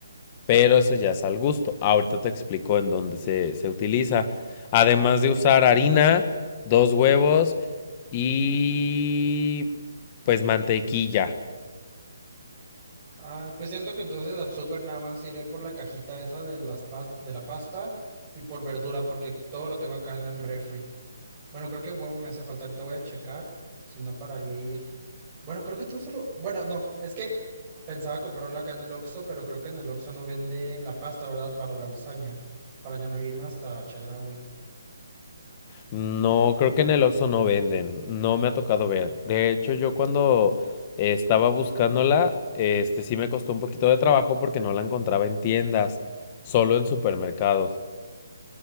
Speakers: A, on the left (about 25°); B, on the right (about 20°).
A: pero eso ya es al gusto. Ahorita te explico en dónde se, se utiliza. Además de usar harina, dos huevos y pues mantequilla.
B: Ay, pues siento que entonces al súper nada más iré por la cajita esa de las pas- de la pasta y por verdura, porque todo lo tengo acá en el refri. Bueno, creo que huevo me hace falta. Ahorita voy a checar. Si no, para ir. Bueno, creo que todo solo. Bueno, no. Es que pensaba comprarlo acá en el Oxxo, pero creo que en el Oxxo no venden la pasta, ¿verdad? Para la lasaña. Para ya no irme hasta Chedraui.
A: No, creo que en el Oxxo no venden, no me ha tocado ver. De hecho, yo cuando eh, estaba buscándola, este sí me costó un poquito de trabajo porque no la encontraba en tiendas, solo en supermercados.